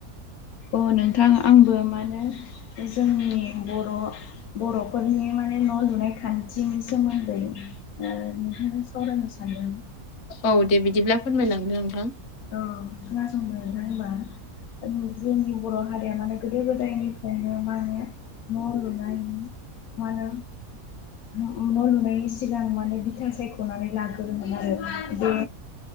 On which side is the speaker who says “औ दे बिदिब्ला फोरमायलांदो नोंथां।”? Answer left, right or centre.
Left